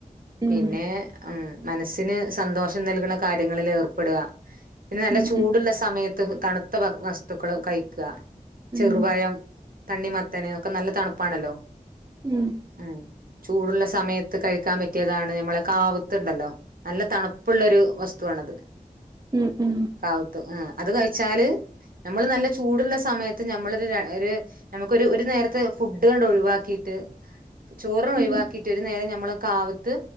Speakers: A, on the right; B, on the right.
A: ഉം
B: പിന്നെ ഉം മനസ്സിന് സന്തോഷം നൽക്ണ കാര്യങ്ങളില് ഏർപ്പെടാ. പിന്നെ നല്ല
A: ഉം
B: ചൂടുള്ള സമയത്ത് തണുത്ത വസ്തുക്കള് കഴിക്കാ ചെറുപയം
A: ഉം ഉം
B: തണ്ണിമത്തന് ഒക്കെ നല്ല തണുപ്പാണല്ലോ
A: ഉം
B: ഉം ചൂടുള്ള സമയത്ത് കഴിക്കാൻ പറ്റിയതാണ് ഞമ്മളെ കാവ്ത്ത്ണ്ടല്ലോ നല്ല തണുപ്പുള്ളരു വസ്തുവാണത്
A: ഉം ഉം
B: കാവ്ത്ത് ആഹ് അത് കഴിച്ചാല് നമ്മള് നല്ല ചൂടുള്ള സമയത്ത് നമ്മളൊര് ഒര് നമുക്കൊരു ഒരു ഒരു നേരത്തെ ഫുഡ്ങ്ങട്ട് ഒഴിവാക്കീട്ട് ചോറ് ഒഴിവാക്കീട്ട്
A: ഉം
B: ഒരു നേരം നമ്മള് കാവ്ത്ത്